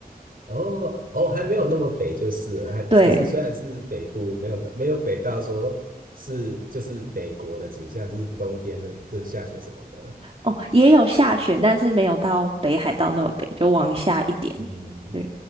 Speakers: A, on the right (about 65°); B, on the right (about 35°).
A: 哦哦，还没有那么北就是了还可是虽然是北部，
B: 对，
A: 没有没有北到说是就是北国的景象，就是冬天的就是下雪什么的。
B: 哦，也有下雪，但是没有到北海道那么北，就往下一点。
A: 嗯
B: 对，